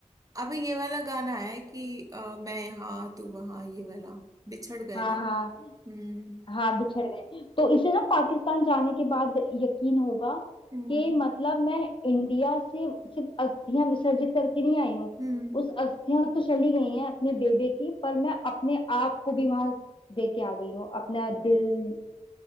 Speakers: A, on the right; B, on the left.
A: अभी ये वाला गाना है कि अ, मैं यहाँ तू वहाँ ये वाला बिछड़ गए
B: हाँ
A: ना
B: हाँ हाँ
A: हम्म
B: हाँ, बिछड़ गए तो इसे ना पाकिस्तान जाने के बाद यकीन होगा
A: हम्म
B: कि मतलब मैं इंडिया से सिर्फ अस्थियां विसर्जित करके नहीं आई हूँ
A: हम्म
B: उस अस्थियां तो चली गई हैं अपने बेबे की पर मैं अपने आप को भी वहां दे के आ गई हूँ अपना दिल